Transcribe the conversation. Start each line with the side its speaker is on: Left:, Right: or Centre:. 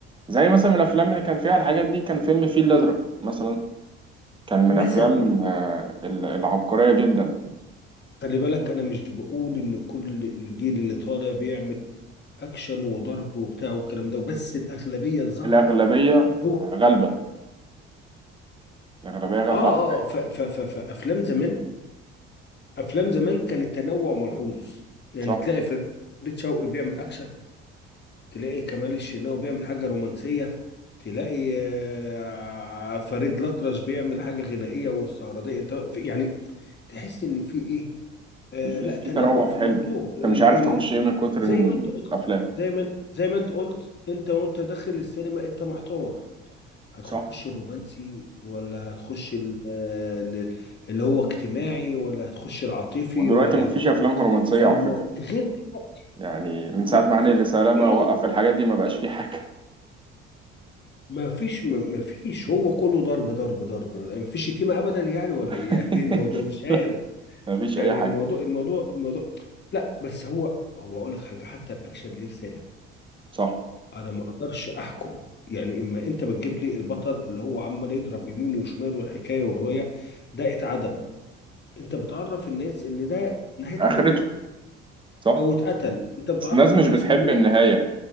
Right: زي مثلا من الافلام اللي كان فيها الحاجات دي كان فيلم الفيل الازرق مثلا كان من
Left: مثلا
Right: افلام
Left: ما-
Right: آه، ال- العبقريه جدا
Left: خلي بالك انا مش بقول ان كل الجيل اللي طالع بيعمل اكشن وضرب وبتاع والكلام ده بس الاغلبيه الظاهره
Right: الاغلبيه
Left: هو
Right: غالبه الاغلبيه غالبه
Left: اه اه
Right: على الباقي
Left: آه، ف- ف- ف- فافلام زمان افلام زمان كان التنوع ملحوظ يعني
Right: صح
Left: تلاقي فريد شوقي بيعمل اكشن تلاقي كمال الشناوي بيعمل حاجة رومانسية تلاقي آه، فريد الأطرش بيعمل حاجة غنائية واستعراضية انت في- يعني تحس ان في ايه آه
Right: في في
Left: لا
Right: في
Left: تنوع
Right: تنوع
Left: في
Right: حلو
Left: الموضوع
Right: انت
Left: ال
Right: مش عارف
Left: ال
Right: تخش ايه من كتر
Left: زي
Right: إن
Left: ما انت قلت
Right: الافلام
Left: زي ما انت زي ما انت قلت انت وانت داخل السينما انت محتار هتخش
Right: صح
Left: الرومانسي ولا هتخش ال- آه، ال- اللي هو اجتماعي ولا هتخش العاطفي
Right: ودلوقتي
Left: ولا
Right: مفيش
Left: هتخش
Right: افلام رومانسيه
Left: فالمو...
Right: على فكره
Left: غير دلوقتي،
Right: يعني من ساعه
Left: ما-
Right: ما هاني
Left: في
Right: سلامه
Left: فين
Right: وقف الحاجات دي ما بقاش في حاجه
Left: ما فيش ما ما فيش هو كله ضرب ضرب ضرب ما فيش شتيمة ابدا يعني ولا
Right: <laughs>
Left: ايه يعني <laughs> الموضوع مش عارف
Right: مفيش
Left: يعني
Right: اي حاجه
Left: الموضوع الموضوع الموضوع لا بس هو هو اقول لك حاجة حتى الاكشن ليه رسالة
Right: صح
Left: انا ما اقدرش احكم يعني اما انت بتجيب لي البطل اللي هو عمال يضرب يمين وشمال والحكاية والرواية ده اتعدم انت بتعرف الناس ان ده نهايته
Right: اخرته
Left: كده
Right: صح
Left: او اتقتل انت بتعرف
Right: بس الناس مش
Left: الناس
Right: بتحب
Left: ان دي نهايته
Right: النهايه